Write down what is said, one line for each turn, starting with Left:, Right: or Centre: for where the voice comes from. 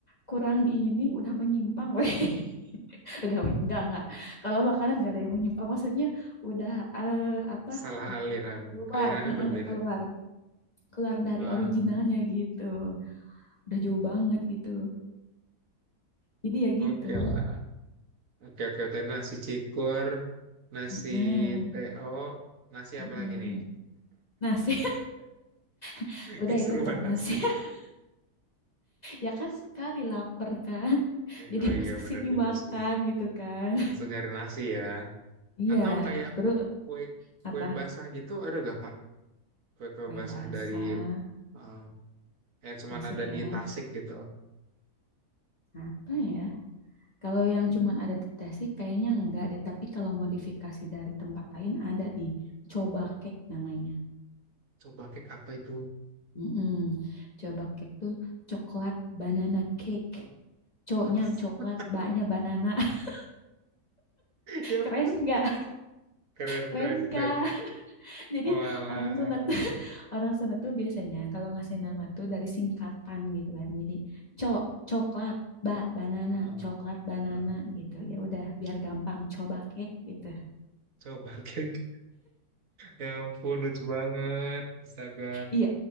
Left: kurang ini, udah menyimpang, weh. <laughs> Udah men- enggak enggak. Kalau makanan enggak ada yang menyimpang, maksudnya udah eh, apa?
Right: Salah aliran.
Left: Keluar,
Right: Alirannya
Left: heeh,
Right: berbeda.
Left: keluar, keluar dari
Right: Wah,
Left: originalnya gitu. Udah jauh banget gitu. Jadi ya
Right: oke
Left: gitu.
Right: lah. Oke, oke. Tadi nasi cikur, nasi
Left: Heeh,
Right: teo, nasi
Left: heeh.
Right: apa lagi nih?
Left: Nah sih, <laughs>
Right: <laughs>
Left: udah
Right: Keseruan
Left: itu pernah
Right: nasi.
Left: sih. <laughs> Ya kan sekali lapar kan.
Right: Eh,
Left: Jadi
Right: Oh
Left: pas
Right: iya,
Left: kesini
Right: bener juga
Left: makan
Right: sih.
Left: gitu kan.
Right: Langsung nyari nasi ya.
Left: Iya,
Right: Atau kayak
Left: terus
Right: kue kue
Left: apa?
Right: basah gitu ada gak, Kak? Kue-kue
Left: Kue
Right: basah
Left: basah,
Right: dari eh, yang cuman
Left: Tasik
Right: ada
Left: ya.
Right: di Tasik gitu.
Left: Apa ya? Kalau yang cuman ada di Tasik kayaknya enggak deh, tapi kalau modifikasi dari tempat lain ada nih. Coba cake namanya.
Right: Coba kek apa itu?
Left: Mm-mm. Coba cake tuh coklat banana cake. Co-nya
Right: <laughs>
Left: coklat, ba-nya banana. <laughs>
Right: Yap,
Left: Keren nggak?
Right: keren,
Left: Keren
Right: keren, keren.
Left: kan? Jadi
Right: Walah.
Left: orang sunat <laughs> orang sunat tuh biasanya kalau ngasih nama tuh dari singkatan gitu kan. Jadi cok, coklat, ba banana,
Right: Heeh.
Left: coklat banana
Right: Nah,
Left: gitu. Ya udah biar gampang coba kek gitu.
Right: Coba kek. Ya ampun, lucu banget. Astaga.
Left: Iya,